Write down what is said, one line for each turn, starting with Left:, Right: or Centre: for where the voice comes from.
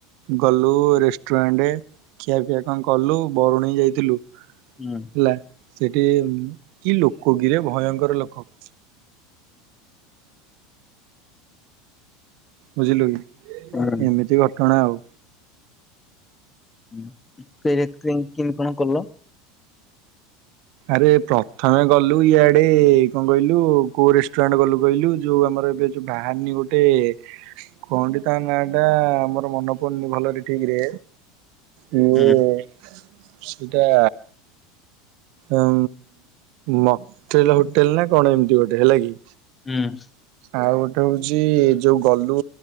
Right: ଗଲୁ ରେଷ୍ଟୁରାଣ୍ଟ ଖିଆପିଆ କଣ କଲୁ ବରୁଣେଇ ଯାଇଥିଲୁ। ହେଲା
Left: ହୁଁ
Right: ସେଠି କି ଲୋକ କିରେ ଭୟଙ୍କର ଲୋକ। <inaudible> ବୁଝିଲୁ କି?
Left: ହୁଁ।
Right: ଏମିତି ଘଟଣା ଆଉ।
Left: ଉଁ ହୁଁ ଫେର୍ କି କିନ କଣ କଲ?
Right: ଆରେ ପ୍ରଥମେ ଗଲୁ ଇଆଡେ କଣ କହିଲୁ। କୋଉ ରେଷ୍ଟୁରାଣ୍ଟ ଗଲୁ କହିଲୁ। ଯୋଉ ଆମର ଏବେ ଯୋଉ ବାହାନି ଗୋଟେ କଣଟି ତା ନାଁ ଟା ମୋର ମନେ ପଡୁନି ଭଲରେ ଠିକରେ। ମୁଁ
Left: ହୁଁ
Right: ସେଇଟା ଉଁ ମକ୍ଲ ଟେଲ ହୋଟେଲ ନା କଣ ଏମତି ଗୋଟେ ହେଲା କି?
Left: ହୁଁ
Right: ଆଉ ଗୋଟେ ହଉଛି ଯୋଉ ଗଲୁ